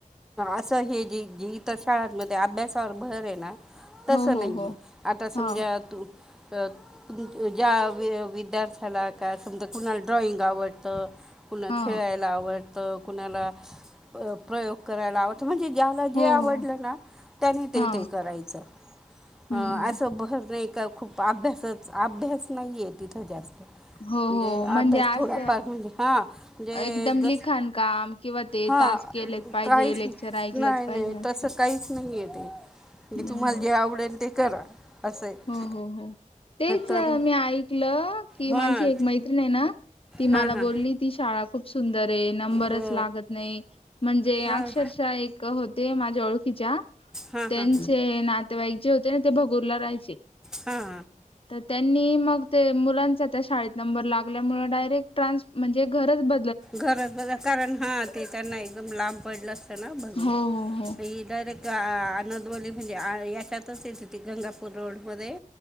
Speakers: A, in the centre; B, on the left.
A: असं हे जी जी इतर शाळांमध्ये अभ्यासावर भर आहे ना तसं
B: हो हो
A: नाहीय
B: हो
A: आहे आता
B: हा
A: समजा तू तर ज्या वि विद्यार्थ्याला काय समजा कुणाला ड्रॉइंग आवडतं कुणा
B: हा
A: खेळायला आवडतं कुणाला प्रयोग करायला आवडतं म्हणजे ज्याला जे
B: हो
A: आवडलं
B: हो
A: ना त्याने ते
B: हा
A: ते करायचं
B: हम्म
A: अं
B: हम्
A: असं भर नाही का खूप अभ्यासच अभ्यास नाहीये तिथं जास्त
B: हो हो
A: ज
B: म्हणजे
A: अ बस
B: असं
A: थोडा फर्ज हां ज
B: एकदम
A: द
B: लिखाण काम किंवा ते
A: हा
B: तास केलेच पाहिजे
A: काहीच
B: लेक्चर ऐकलंच
A: नाही
B: पाहिजे
A: नाही
B: असं
A: तसं काहीच नाहीय ते म्हणजे
B: हम्
A: तुम्हाला
B: हम
A: जे आवडेल ते करा असं आहे
B: हो हो हो तेच
A: तर
B: मी ऐकलं की
A: हां
B: माझी एक मैत्रिण आहे ना ती
A: हां
B: मला
A: हां
B: बोलली ती शाळा कुठ सुंदर ये नंबरच
A: हो
B: लागत नाही म्हणजे
A: हां
B: अक्षरशः
A: हां
B: एक हो ते माझ्या ओळखीच्या
A: हां
B: त्यांचे
A: हां
B: नातेवाईक जे होते ना ते भगूरला राहायचे.
A: हा
B: तर त्यांनी मग ते मुलांचा त्या शाळेत नंबर लागल्यामुळे डायरेक्ट ट्रान्स म्हणजे घरच ब
A: घरज कारण हा ते त्यांना एकदम लांब पडलं असतं ना बघून
B: हो हो हो
A: तेडायरेक्ट ग आनंदवली म्हणजे याच्यातच य ति ती गंगापूर रोडमध्येध्ये